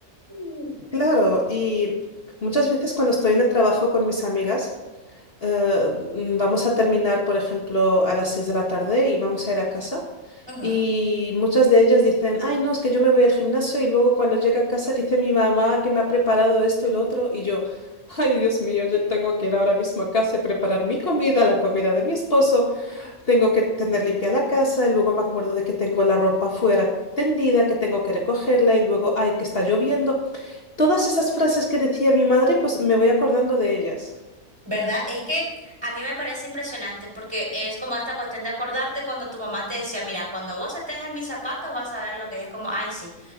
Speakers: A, on the right; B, on the left.
A: Mm.
B: Claro, y muchas veces cuando estoy en el trabajo con mis amigas, eh, mm, vamos a terminar, por ejemplo, a las 6 de la tarde y vamos a ir a casa.
A: Ajá.
B: Y muchas de ellas dicen, ay, no, es que yo me voy al gimnasio y luego cuando llega a casa dice mi mamá que me ha preparado esto y lo otro. Y yo, ay, Dios mío, yo tengo que ir ahora mismo a casa y preparar mi comida, la comida de mi esposo. Tengo que tener limpia la casa y luego me acuerdo de que tengo la ropa fuera tendida, que tengo que recogerla y luego, ay, que está lloviendo. Todas esas frases que decía mi madre, pues me voy acordando de ellas.
A: ¿verdad? Es que a mí me parece impresionante porque es como esta cuestión de acordarte cuando tu mamá te decía, mira, cuando vos estés en mis zapatos vas a ver lo que ella es como, ay, sí.